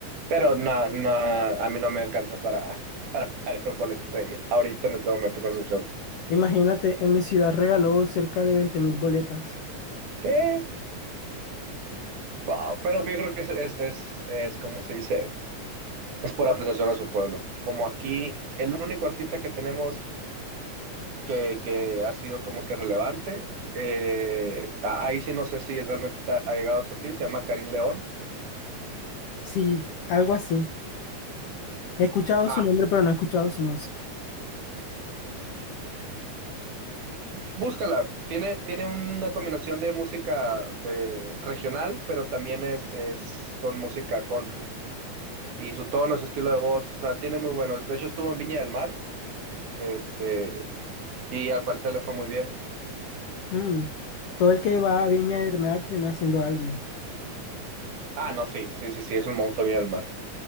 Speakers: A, on the right; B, on the left.
A: pero no, no, a mí no me alcanza para, <laughs> para pagar un boleto de ella, ahorita en este momento con su show.
B: Imagínate, en mi ciudad regaló cerca de veinte mil boletas.
A: ¿Qué? Wow, pero yo creo que es, es, es, es como se dice, es por apreciación a su pueblo. Como aquí, el único artista que tenemos que, que ha sido como que relevante, eh, a- ahí sí no sé si realmente te ha ha llegado a ti, se llama Karim León.
B: Sí, algo así. He escuchado
A: Ah,
B: su nombre, pero no he escuchado su música.
A: Búscala, tiene, tiene una combinación de música de, regional, pero también es, es con música country. Y su tono, su estilo de voz, o sea, tiene muy buenos. De hecho, estuvo en Viña del Mar, este, y al parecer le fue muy bien.
B: Mm, Todo el que va a Viña del Mar termina siendo alguien.
A: Ah, no, sí, sí, sí, sí, es un monstruo Viña del Mar.